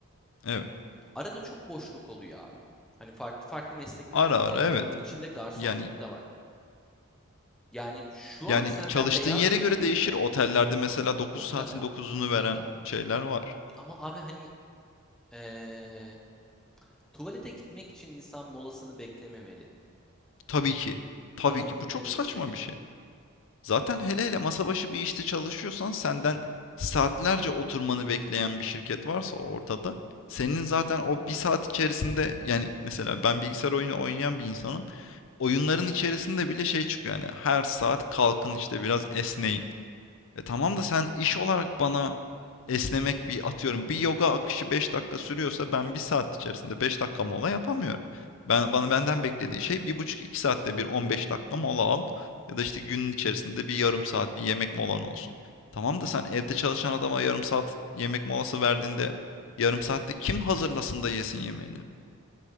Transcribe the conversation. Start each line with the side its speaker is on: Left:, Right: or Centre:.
Left: Evet.
Centre: Arada çok boşluk oluyor abi. Hani farklı farklı meslekler
Left: Ara
Centre: de denedim.
Left: ara evet.
Centre: Bunun içinde garsonluk
Left: Yani
Centre: da var. Yani şu
Left: yani
Centre: an senden
Left: çalıştığın
Centre: beyaz
Left: yere
Centre: yakalıyken
Left: göre değişir. Otellerde mesela dokuz
Centre: mutlaka,
Left: saatin dokuzunu
Centre: mutlaka.
Left: veren şeyler var.
Centre: Ama abi hani ee, Tuvalete gitmek için insan molasını beklememeli.
Left: Tabii ki. Tabii
Centre: Anladın
Left: ki.
Centre: mı
Left: Bu çok
Centre: demek
Left: saçma
Centre: istediğimi?
Left: bir şey. Zaten hele hele masa başı bir işte çalışıyorsan senden saatlerce oturmanı bekleyen bir şirket varsa ortada senin zaten o bir saat içerisinde yani mesela ben bilgisayar oyunu oynayan bir insanım. Oyunların içerisinde bile şey çıkıyor yani her saat kalkın işte biraz esneyin. E tamam da sen iş olarak bana esnemek bir atıyorum. Bir yoga akışı 5 dakika sürüyorsa ben bir saat içerisinde 5 dakika mola yapamıyorum. Ben bana benden beklediği şey bir buçuk iki saatte bir 15 dakika mola al ya da işte günün içerisinde bir yarım saat bir yemek molan olsun. Tamam da sen evde çalışan adama yarım saat yemek molası verdiğinde yarım saatte kim hazırlasın da yesin yemeğini?